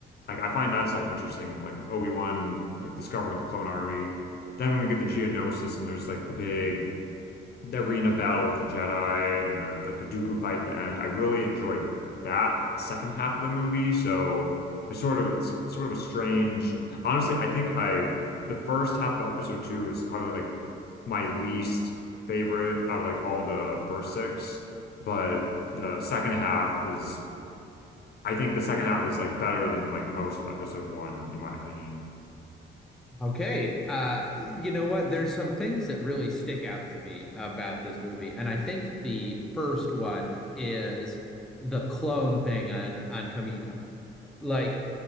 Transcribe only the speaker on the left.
Like I find that stuff interesting, like with Obi-Wan, like discovering the clone army. Then when we get the Geonosis and there's like the big the arena battle with the Jedi and the like the Dooku fight at the end. I really enjoyed that second half of the movie. So it's sort of it's sort of a strange. Honestly, I think I the first half of episode two is probably like my least favorite out of like all the first six, but the second half is I think the second half is like better than like most of episode one, in my opinion.